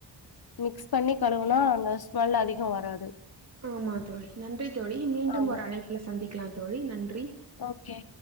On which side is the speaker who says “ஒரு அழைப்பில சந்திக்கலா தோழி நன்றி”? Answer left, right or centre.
Right